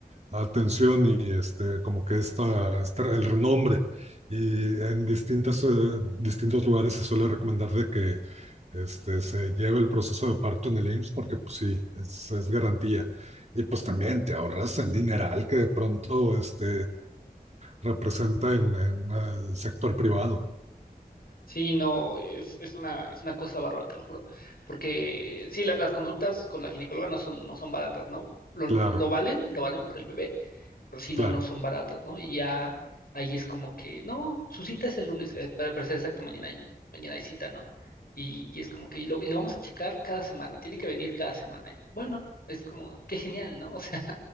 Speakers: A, on the right (about 45°); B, on the left (about 70°).
A: atención y este, como que esta, esta- el renombre. Y en distintas, eh, distintos lugares se suele recomendar de que este, se lleve el proceso de parto en el IMSS porque pues sí, es, es garantía. Y pues también te ahorras el dineral que de pronto este, representa en, en ah, el sector privado.
B: Sí, no, es, es una, es una cosa bárbara, te lo juro. Porque sí, la- las consultas con la ginecóloga no son, no son baratas, ¿no? Lo,
A: Claro,
B: lo valen, lo valen por el bebé, pero sí, no,
A: claro,
B: no son baratas, ¿no? Y ya ahí es como que, no, su cita es el lunes, eh, para, para ser exacto, mañana hay, mañana hay cita, ¿no? Y, y es como que y lo, y lo vamos a checar cada semana, tiene que venir cada semana. Y bueno, es como, qué genial, ¿no? <laughs> O sea,